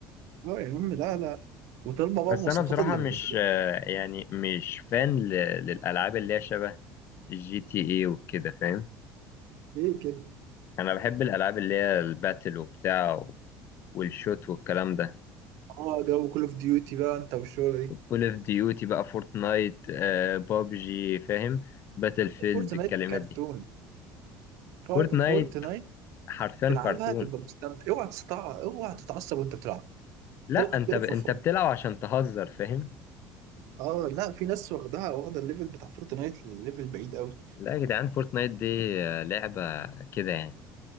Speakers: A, on the right; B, on the left.
A: اه يا عم لا لا وطالبه بقى
B: بس
A: مواصفات
B: أنا بصراحة
A: اللي
B: مش
A: منزلين
B: آه، يعني مش فان ل- للألعاب اللي هي شبه جي تي إيه وكده فاهم؟
A: ليه كده
B: أنا بحب الألعاب اللي هي الباتل وبتاع والشوت والكلام ده
A: اه جو كول اوف ديوتي بقى انت والشغله دي
B: كول اوف ديوتي بقى فورتنايت آه، بابجي فاهم باتل فيلد
A: فورتنايت
B: الكلمات
A: كرتون
B: دي
A: فا-
B: فورتنايت
A: فورتنايت
B: حرفيا
A: تلعبها
B: كرتون
A: تبقى مستمتع اوعى تستع اوعى تتعصب وانت بتلعب
B: لا
A: تلعب
B: انت
A: كده
B: ب...
A: فور
B: انت
A: فن
B: بتلعب عشان تهزر فاهم
A: اه لا في ناس واخدها واخده الليفل بتاع فورتنايت لليفل بعيد قوي
B: لا يا جدعان فورتنايت دي آه، لعبة كده يعني